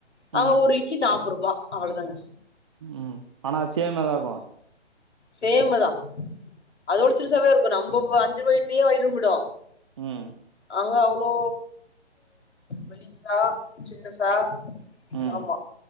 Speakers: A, on the left; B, on the right.
A: ஆ
B: ம்
A: ஒரு இட்லி நாப்பருபா அவ்ளதாங்க
B: ம் ஆனா அது சேம் நல்லார்க்கு
A: சேமு தா அதோட சிறுசாவவே இருக்கு நம்பொ வ அஞ்ருவா இட்லியே வயிர் நொம்பிடு
B: ம்
A: அங்க அவ்ளோ மெலிசா சின்னசா
B: ம்
A: ஆமா